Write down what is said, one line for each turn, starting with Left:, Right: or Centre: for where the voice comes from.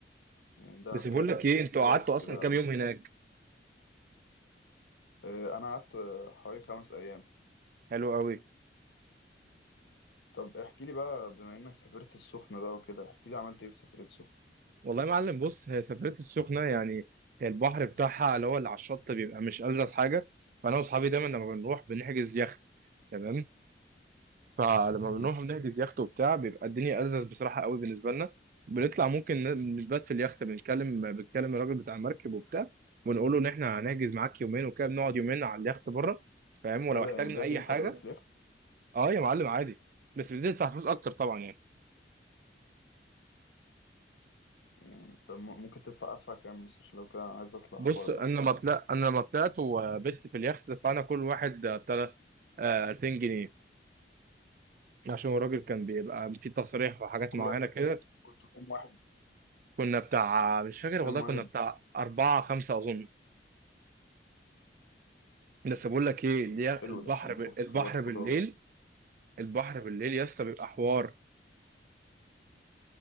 Left: يعني دهب
Right: بس بقول
Left: كده
Right: لك ايه انتوا
Left: فايبس
Right: قعدتوا
Left: كده
Right: اصلا كام يوم هناك
Left: أه انا قعدت آه، حوالي خمس ايام
Right: حلو قوي
Left: طب احكي لي بقى بما انك سافرت السخنة بقى وكده احكي لي عملت ايه في سفرية السخنة
Right: والله يا معلم بص هي سفرية السخنة يعني هي البحر بتاعها اللي هو اللي على الشط بيبقى مش ألذ حاجة فانا واصحابي دايما لما بنروح بنحجز يخت تمام فلما
Left: امم
Right: بنروح بنحجز يخت وبتاع بيبقى الدنيا ألذذ بصراحة قوي بالنسبة لنا بنطلع ممكن ن- نبات في اليخت بنتكلم بنتكلم الراجل بتاع المركب وبتاع ونقول له إن إحنا هنحجز معاك يومين وكده بنقعد يومين على اليخت بره فاهم ولو
Left: ايه ده
Right: احتاجنا
Left: يعني بجد
Right: أي
Left: ينفع
Right: حاجة
Left: تبات في اليخت
Right: أه يا معلم عادي بس بتدفع فلوس أكتر طبعا يعني
Left: يعني طب م- ممكن تدفع ادفع كام مثلا عشان لو كده عايز اطلع
Right: بص
Left: الحوار ده
Right: أنا
Left: اصلا
Right: لما طلعت أنا لما طلعت وبت في اليخت دفعنا كل واحد آه، بتاع ده، آه، 2000 جنيه عشان الراجل كان بيبقى في تصريح وحاجات
Left: كل
Right: معينة
Left: وقت
Right: كده
Left: كنتوا كام واحد
Right: كنا بتاع مش فاكر
Left: كنتوا كام
Right: والله
Left: واحد
Right: كنا بتاع أربعة خمسة أظن بس بقول لك ايه
Left: طب
Right: اللي
Left: حلو
Right: هي البحر
Left: ده احنا نشوف
Right: ب... البحر
Left: الواد حوده
Right: بالليل
Left: و-
Right: البحر بالليل يا اسطى بيبقى حوار